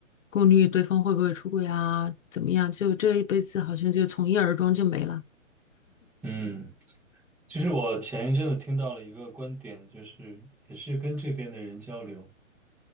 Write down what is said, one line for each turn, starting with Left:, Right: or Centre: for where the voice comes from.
Left: 顾虑，对方会不会出轨啊，怎么样，就这一辈子好像就从一而终就没了。
Centre: 嗯，就是我前一阵子听到了一个观点，就是也是跟这边的人交流。